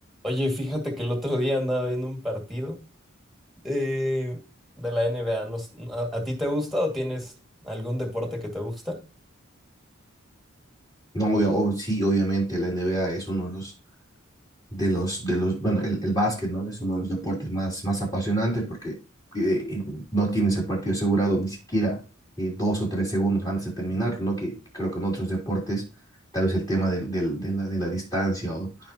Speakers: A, in the centre; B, on the left.
A: Oye, fíjate que el otro día andaba viendo un partido eh, de la NBA. No s- ¿a, a ti te gusta o tienes algún deporte que te gusta?
B: No, obvia- oh, sí, obviamente la NBA es uno de los, de los, de los, bueno, el, el básquet, ¿no? Es uno de los deportes más, más apasionantes porque eh, no tienes el partido asegurado ni siquiera eh, dos o tres segundos antes de terminar, ¿no? Que creo que en otros deportes tal vez el tema del, del- de la, de la distancia o,